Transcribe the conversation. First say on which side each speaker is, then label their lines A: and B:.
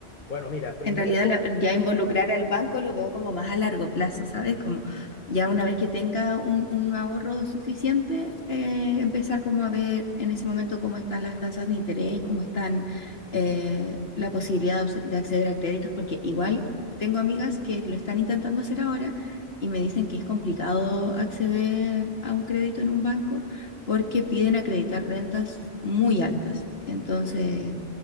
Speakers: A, on the left; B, on the left.
A: Bueno, mira, primer
B: En realidad
A: consejo,
B: la- ya involucrar al banco lo veo como más a largo plazo, ¿sabes? Como ya una vez que tenga un, un ahorro suficiente, eh, empezar como a ver en ese momento cómo están las tasas de interés, cómo están eh, la posibilidad de obs- de acceder a créditos, porque igual tengo amigas que lo están intentando hacer ahora y me dicen que es complicado acceder a un crédito en un banco porque piden acreditar rentas muy altas. Entonces